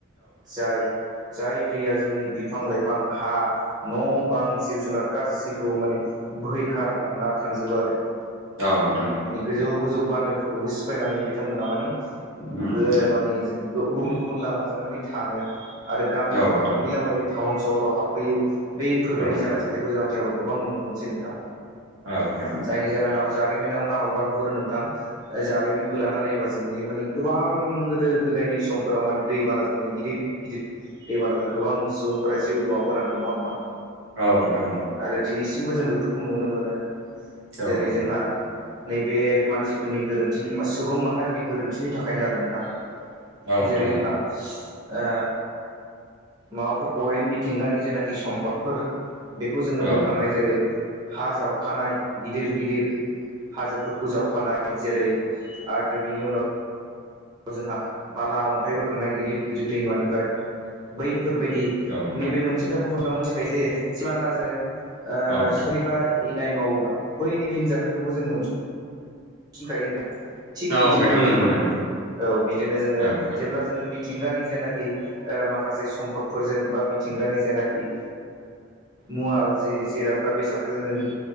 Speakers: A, on the right (about 20°); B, on the right (about 85°).
A: जाय जाय दैया जोंनि बिफां लाइफां हा न' बां जिब जुनार गासिखौबो माने बोहै खार लांना थांजोबो आरो
B: औ नोंथां
A: माने गोजौ गोजौ बान्दोफोरखौबो सिफायनानै बिथांमोना मानि ओ
B: औ उम औ
A: मानि गुबुन गुबुन लामाजों मानि थाङो आरो गामिफोराव
B: नोंथां
A: हाबफैलाबायो
B: औ
A: टाउन सहराव हाबफैयो बैफोरबायाददि
B: औ नोंथां
A: जानाय जाथायखौ जों आथिखालाव गोबां नुनो मोनसै नोंथां
B: औ नोंथां
A: जायनि जाहोनाव जारिमिनाव नाहरबा नुहुरो नों थां जारिमिन बोलाना नायोबा जों नुयो माने गोबां गोदो गोदायनि समफोराव माने दैबाना जा दों गिदिर गिदिर दैबानाजों गोबां सुबुंफोरा जिउ बावबोनांदों नङा होमबा
B: औ नोंथां
A: आरो दिनैसिमबो जों बेफोरखौ नुनो मोनो
B: औ
A: जेरै
B: औ
A: जोंहा
B: नोंथां
A: नैे बे मानसिफोरनि गोरोन्थि सुबुं माहारिनि गोरोन्थिनि थाखायनो आरो नोंथां
B: औ नोंथां
A: जेरै जोंहा
B: औ
A: ओ माबाफोरखौहाय मिथिंगानि जेनाखि सम्पदफोर बेखौ जोङो
B: औ नोंथां औ
A: बोखांनाय जेरै हा जावखानाय गिदिर गिदिर हाजोफोरखौ जावखानाय जेरै आरो बिनि उनाव जोंहा बाला अन्थाइ बोखांनाय गिदिर गिदिर दैमानिफ्राय बै फोरबायदि
B: नोंथां
A: नैबे मोनसे खथाखौथ नोंथाङा मोनथिखायो जे सिगांबा जोङो ओ
B: औ नोंथां
A: सोरनिबा इनाय मावोबा बैनि फिनजाथायखौबो जों मोनफिनखायो होनना थिग
B: औ
A: बिदिनो
B: बेथ'
A: आरो
B: नंगौ
A: नोंथां
B: नंगौ
A: औ बिदिनो जोङो
B: औ नोंथां
A: जेब्ला जोङो मि थिंगानि जेनाखि माखासे सम्पदफोरजों बा मिथिंगानि जेनाखि मुवा जि जिराद बा बेसादफोरजों जों